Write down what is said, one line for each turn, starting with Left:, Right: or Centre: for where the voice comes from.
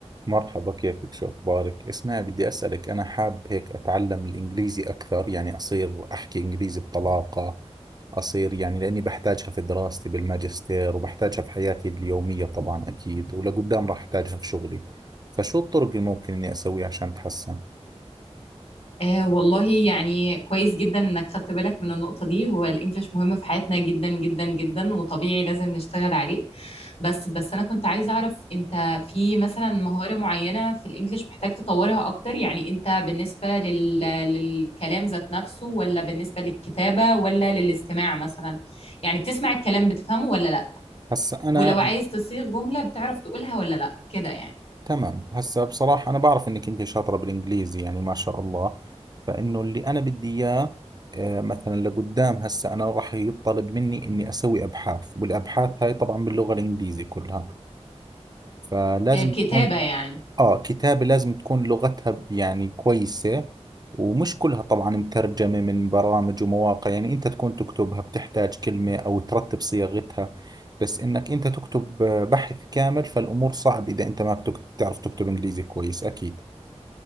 Right: مرحبا كيفك شو أخبارك؟ اسمعي بدي أسألك أنا حاب هيك أتعلم الإنجليزي أكثر يعني أصير أحكي إنجليزي بطلاقة أصير يعني لأني بحتاجها في دراستي بالماجستير وبحتاجها في حياتي اليومية طبعا أكيد ولقدام راح أحتاجها في شغلي فشو الطرق اللي ممكن إني أسويها عشان أتحسن؟
Left: آه والله يعني كويس جدا انك خدت بالك من النقطة دي هو الانجليش مهم في حياتنا جدا جدا جدا وطبيعي لازم نشتغل عليه بس بس انا كنت عايزة اعرف انت في مثلا مهارة معينة في الانجليش محتاج تطورها اكتر يعني انت بالنسبة لل... للكلام ذات نفسه ولا بالنسبة للكتابة ولا للاستماع مثلا يعني بتسمع الكلام بتفهمه ولا لا
Right: هسا أنا
Left: ولو عايز تصيغ جملة بتعرف تقولها ولا لا كده يعني
Right: تمام هسا بصراحة أنا بعرف إنك أنت شاطرة بالإنجليزي يعني ما شاء الله فإنه اللي أنا بدي إياه آه، مثلا لقدام هسا أنا راح يطلب مني إني أسوي أبحاث والأبحاث هاي طبعا باللغة الإنجليزي كلها فلازم
Left: آه كتابة
Right: تكون
Left: يعني
Right: آه كتابة لازم تكون لغتها ب- يعني كويسة ومش كلها طبعا مترجمة من برامج ومواقع يعني أنت تكون تكتبها بتحتاج كلمة أو ترتب صياغتها بس إنك أنت تكتب آه، بحث كامل فالأمور صعب إذا أنت ما بتك- بتعرف تكتب إنجليزي كويس أكيد